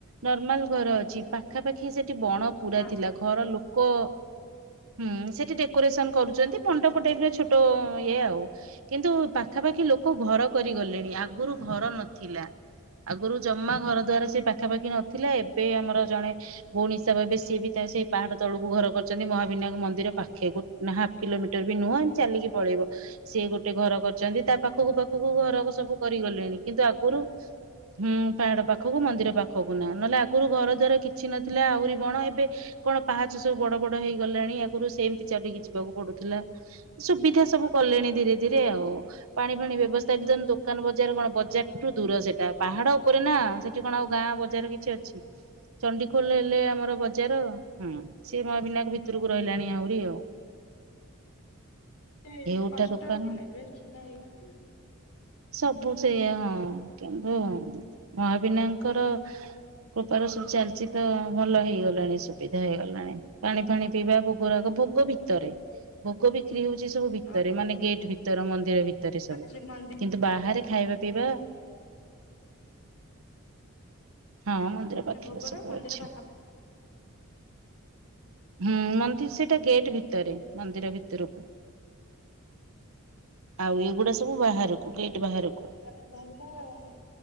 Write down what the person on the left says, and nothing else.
ହଁ
ହଁ।
ହଁ।
ଏ
କଷ୍ଟ
ଥିଲା ଏବେ ସବୁ ସୁବିଧା ହେଇଗଲାଣି ଆଉ ହୁଁ।
ଓହୋ
ମାନେ
ସେ ମନ୍ଦିର
ମାନେ
ଭୋଗ
ଟା ମନ୍ଦିର
ପାଖାପାଖି
ମାନେ ଭଲ